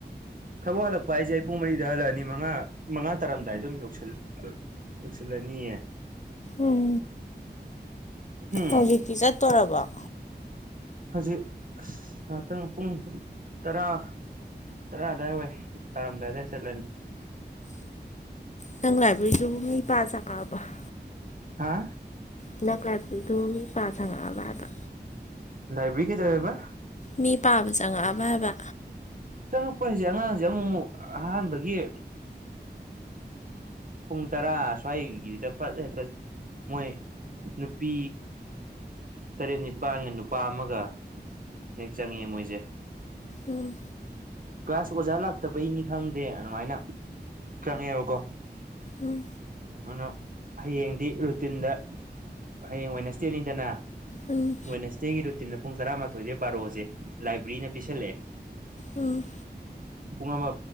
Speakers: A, on the right; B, on the left.
A: ꯊꯕꯛ ꯍꯜꯂꯛꯄ ꯍꯥꯏꯖꯦ ꯄꯨꯡ ꯃꯔꯤꯗ ꯍꯜꯂꯛꯑꯅꯤ ꯃꯪꯉꯥ ꯃꯪꯉꯥ ꯇꯥꯔꯝꯗꯥꯏꯗ ꯑꯗꯨꯝ ꯌꯧꯁꯜ ꯋꯧꯁꯜꯂꯅꯤ
B: ꯎꯝ
A: ꯎꯝ
B: ꯍꯧꯖꯤꯛꯇꯤ ꯆꯠꯇꯣꯔꯕꫭ
A: ꯍꯧꯖꯤꯛ ꯑꯁ ꯉꯥꯛꯇꯪ ꯄꯨꯡ ꯇꯔꯥ ꯇꯔꯥ ꯑꯗꯥꯏ ꯋꯥꯏ ꯇꯥꯔꯝꯗꯥꯏ ꯑꯗꯥꯏ ꯆꯠꯂꯅꯤ
B: ꯅꯪ ꯂꯥꯏꯕ꯭ꯔꯦꯔꯤꯗꯨꯕꯨ ꯃꯤ ꯄꯥ‌ ꯆꯪꯉꯛꯑꯕꫭ
A: ꯍꯥ
B: ꯍꯤꯗꯛ ꯂꯥꯏꯕꯔꯤꯗꯨꯣ ꯃꯤ ꯄꯥ ꯁꯪꯉꯛꯑꯕ ꯑꯗ
A: ꯂꯥꯏꯕ꯭ꯔꯦꯔꯤ ꯀꯩꯗꯦꯕꯕꯥ
B: ꯃꯤ ꯄꯥꯕ ꯆꯪꯉꯛꯑꯕ ꯍꯥꯏꯕ
A: ꯆꯪꯉꯛꯄ ꯍꯥꯏꯁꯦ ꯑꯉꯥꯡꯁꯦ ꯑꯃꯨꯛ ꯑꯃꯨꯛ ꯑꯍꯥꯟꯕꯒꯤ ꯄꯨꯡ ꯇꯔꯥ ꯁ꯭ꯋꯥꯏꯒꯤꯗ ꯍꯦꯛꯇ ꯃꯣꯏ ꯅꯨꯄꯤ ꯇꯔꯦꯠ ꯅꯤꯄꯥꯟꯒ ꯅꯨꯄꯥ ꯑꯃꯒ ꯍꯦꯛ ꯆꯪꯉꯦ ꯃꯣꯏꯁꯦ
B: ꯎꯝ
A: ꯀ꯭ꯂꯥꯁ ꯑꯣꯖꯥ ꯂꯥꯛꯇꯕꯩꯅꯤ ꯈꯪꯗꯦ ꯑꯗꯨꯃꯥꯏꯅ ꯆꯪꯉꯦꯕꯀꯣ
B: ꯎꯝ
A: ꯑꯗꯨꯅ ꯍꯌꯦꯡꯗꯤ ꯔꯨꯇꯤꯟꯗ ꯍꯌꯦꯡ ꯋꯦꯅ꯭ꯁꯇꯦꯅꯤꯗꯅ
B: ꯎꯝ
A: ꯋꯦꯅꯦꯁꯇꯦꯒꯤ ꯔꯨꯇꯤꯟꯗ ꯄꯨꯡ ꯇꯔꯥꯃꯥꯊꯣꯏꯗꯩ ꯕꯥꯔꯣꯖꯦ ꯂꯥꯏꯕ꯭ꯔꯦꯔꯤꯅ ꯄꯤꯁꯜꯂꯛꯑꯦ
B: ꯎꯝ
A: ꯄꯨꯨꯡ ꯑꯃ